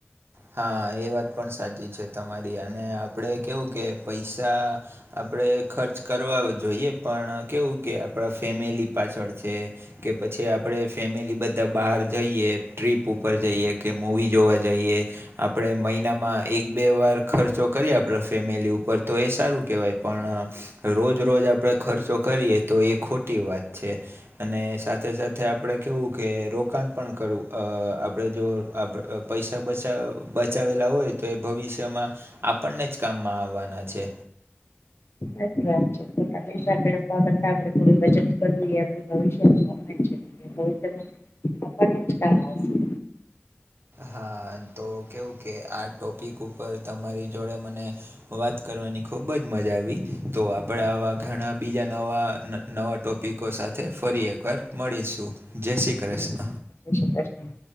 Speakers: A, on the right (about 65°); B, on the left (about 70°).
A: હા એ વાત પણ સાચી છે તમારી. અને આપણે કેવું કે, પૈસા આપણેે ખર્ચ કરવા જોઈએ. પણ કેવું કે, આપણા ફેમિલી પાછળ છે કે પછી, આપડે ફેમિલી બધા બહાર જઈએ, ટ્રીપ ઉપર જઈએ કે મવી જોવા જઈએ આપડે મહિનામાં એક બે વાર ખર્ચો કરીએ. આપડા ફેમિલી ઉપર તો એ સારું કેહવાય પણ રોજ રોજ આપણે ખર્ચો કરીએ. તો એ ખોટી વાત છે. અને સાથે સાથે આપણે કવું કે રોકાણ પણ કરવું, આપણે જો આપ પૈસા બચાવ બચાવેલા હોય તો, એ ભવિષ્યમાં આપણને જ કામમાં આવવાના છે.
B: એજ સારું છે. ખોટા પૈસા વેડફવા કરતા આપડે થોડું બચત બધું એ, ભવિષ્યમાં કમાઈએ છીએ એ આપણને જ કામ લાગશે.
A: હા તો કેવું કે, આ ટોપિક ઉપર તમારી જોડે મને વાત કરવાની ખૂબ જ મજા આવી. તો આપણે આવા ઘણા બીજા નવા, નવા ટોપિકો સાથે ફરી એકવાર મળીશું. જય શ્રી કૃષ્ણ!
B: ઉસુપાસની